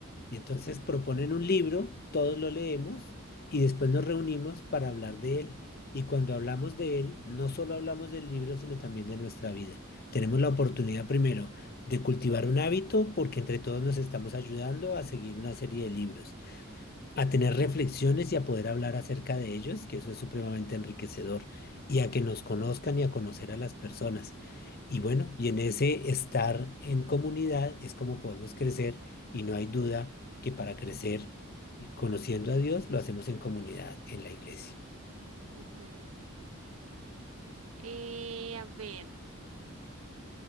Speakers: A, on the left; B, on the right.
A: Y entonces proponen un libro, todos lo leemos y después nos reunimos para hablar de él. Y cuando hablamos de él, no solo hablamos del libro, sino también de nuestra vida. Tenemos la oportunidad primero de cultivar un hábito porque entre todos nos estamos ayudando a seguir una serie de libros a tener reflexiones y a poder hablar acerca de ellos, que eso es supremamente enriquecedor, y a que nos conozcan y a conocer a las personas. Y bueno, y en ese estar en comunidad es como podemos crecer y no hay duda que para crecer eh, conociendo a Dios lo hacemos en comunidad, en la iglesia.
B: Ujú. Eh, a ver,